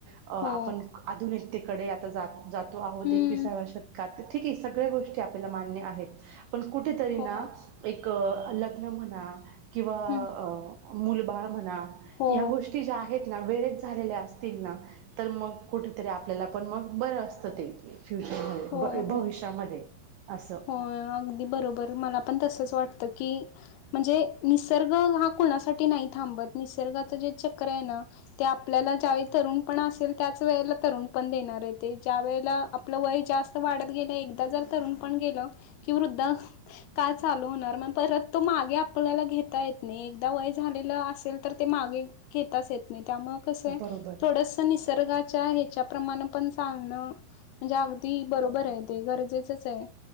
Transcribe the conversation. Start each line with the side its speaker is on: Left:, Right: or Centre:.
Right: आपण
Left: हो
Right: आधुनिकतेकडे आता जा जातो आहोत
Left: हं.
Right: एकविसाव्या शतकात ठीके सगळ्या गोष्टी आपल्याला मान्य आहेत. पण कुठेतरी
Left: हो.
Right: ना एक लग्न म्हणा किंवा
Left: हं.
Right: मुलं बाळ म्हणा
Left: हो.
Right: या गोष्टी ज्या आहेत ना वेळच झालेल्या असतील ना तर मग कुठतरी आपल्याला पण मग बर अस ते <unintelligible>
Left: हो, हो.
Right: भविष्यामध्ये असं
Left: होय अगदी बरोबर मला पण तसंच वाटतं की म्हणजे निसर्ग हा कोणासाठी नाही थांबत निसर्गाचं जे चक्र आहे ना ते आपल्याला ज्यावेळी तरुण पण असेल त्याच वेळेला तरुण पण देणार आहे. ते ज्या वेळेला आपलं वय जास्त वयं वाढत गेलं एकदा जर तरुण पण गेल की वृद्ध काळ चालू होणार मग परत तो मागे आपल्याला घेता येत नाही. एकदा वय झालेलं असेल तर ते मागे घेताच येत नाही त्या मग स
Right: बरोबर
Left: थोडस निसर्गाच्या हेच्या प्रमाणं पण चालण म्हणजे ती बरोबर आहे ते गरजेचच आहे.